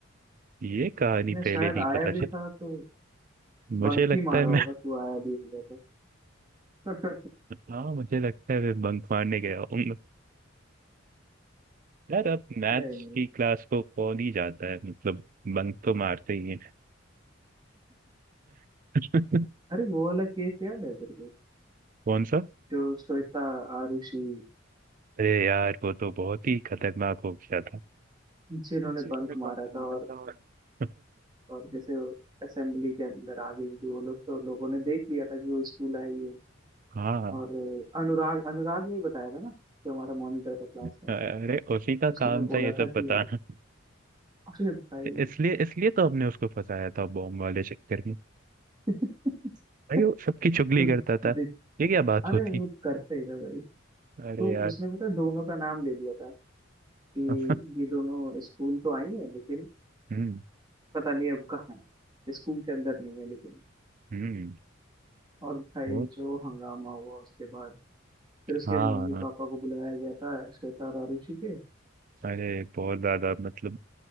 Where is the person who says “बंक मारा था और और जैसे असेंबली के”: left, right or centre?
Right